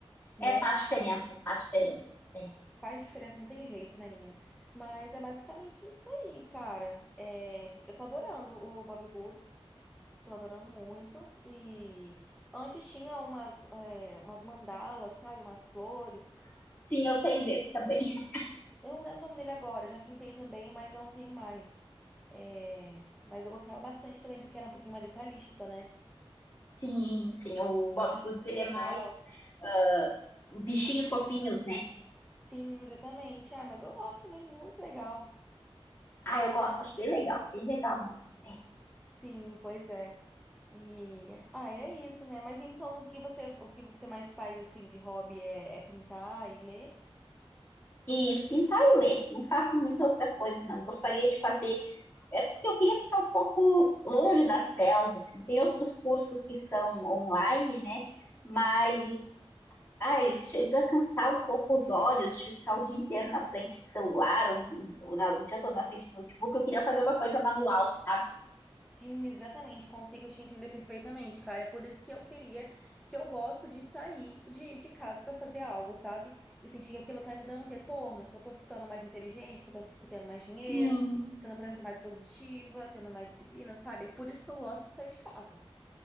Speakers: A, in the centre; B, on the left (about 20°).
A: né?
B: É, faz diferença, faz diferença. É.
A: Faz diferença, não tem jeito, né, menina? Mas é basicamente isso aí, cara. É, eu tô adorando o Bob Goods. Tô adorando muito. E antes tinha umas, é, umas mandalas, sabe? Umas flores.
B: Sim, eu tenho desse também. <laughs>
A: Eu não lembro o nome dele agora, eu já pintei também, mas eu não tenho mais. É, mas eu gostava bastante também, porque era um pouquinho mais detalhista, né?
B: Sim, sim. O
A: Clean
B: Bob Goods, ele é
A: e
B: mais
A: tal.
B: ah, bichinhos fofinhos, né?
A: Sim, exatamente. Ah, mas eu gosto também, muito legal.
B: Ah, eu gosto, acho bem legal, bem legal mesmo. É.
A: Sim, pois é. E ah, é isso, né? Mas então o que você o que você mais faz assim de hobby é, é pintar e ler?
B: E isso, pintar e ler. Não faço muita outra coisa, não. Gostaria de fazer. É porque eu queria ficar um pouco longe das telas, assim. Tem outros cursos que são online, né? Mas Ai, chega a cansar um pouco os olhos de ficar o dia inteiro na frente do celular, ou, ou na, o dia todo na frente do notebook. Eu queria fazer uma coisa manual, sabe?
A: Sim, exatamente, consigo te entender perfeitamente, cara. É por isso que eu queria, que eu gosto de sair de, de casa pra fazer algo, sabe? E sentir que aquilo tá me dando retorno, que eu tô ficando mais inteligente, que eu tô fico- tendo mais dinheiro,
B: Sim,
A: sendo pra- mais produtiva, tendo mais disciplina, sabe? É por isso que eu gosto de sair de casa.